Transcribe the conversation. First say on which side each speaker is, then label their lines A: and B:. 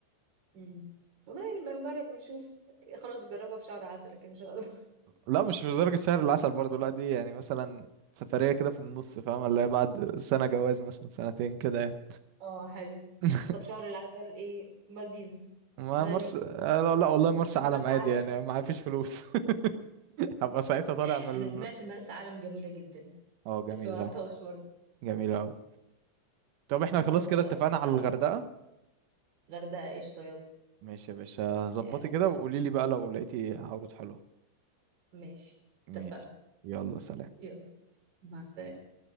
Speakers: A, on the right; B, on the right.
A: مم. والله يعني بنجرب ونشوف خلاص جربها في شهر عسل لكن مش هقدر
B: لا مش في درجة شهر العسل برضو لا دي يعني مثلا سفرية كده في النص فاهم اللي هي بعد سنة جواز مثلا سنتين كده يعني
A: <laughs> اه حلو
B: <laughs>
A: طب شهر العسل ايه مالديفز
B: ما
A: بالي
B: مرسى آه، لا لا والله مرسى علم
A: مرسى
B: عادي
A: علم
B: يعني ما فيش فلوس <laughs> هبقى ساعتها طالع
A: <laughs>
B: من
A: انا سمعت مرسى علم جميله جدا
B: اه جميلة
A: بس ما رحتهاش برضه
B: جميلة أوي طب احنا خلاص
A: خلاص
B: كده
A: ان شاء
B: اتفقنا
A: الله في شهر
B: على
A: العسل
B: الغردقة
A: غردقه ايش طيب
B: ماشي يا باشا ظبطي
A: آه،
B: كده وقولي لي بقى لو لقيتي عروض حلوة
A: ماشي
B: ماشي
A: اتفقنا
B: يلا سلام
A: يلا مع السلامه